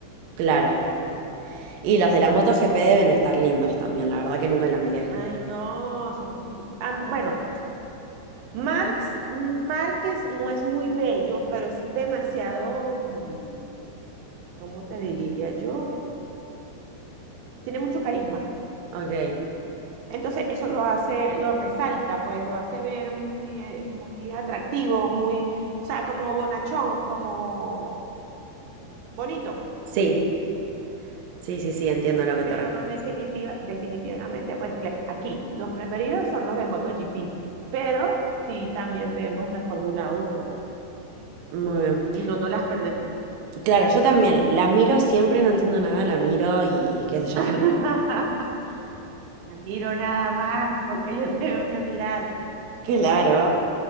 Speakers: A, on the right; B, on the right.
A: claro. Y los de la MotoGP deben estar lindos también, la verdad que nunca la miré.
B: Ay, no, son. am- bueno, Marx, Márquez no es muy bello, pero es demasiado, mm, ¿cómo te diría yo? Tiene mucho carisma.
A: Ok.
B: Entonces eso lo hace, lo resalta, pues lo hace ver muy, eh, muy atractivo, muy, o sea, como bonachón, como bonito.
A: Sí, sí, sí, sí, entiendo a lo que
B: Pero
A: te refieres.
B: definitiva, definitivamente, pues cl- aquí los preferidos son los de MotoGP, pero sí también vemos la Fórmula Uno, pues,
A: Muy bien.
B: y no, no las perdemos.
A: Claro, yo también la miro siempre, no entiendo nada, la miro y qué sé yo.
B: <laughs>
A: me-
B: La miro nada más porque yo tengo que mirar.
A: Claro.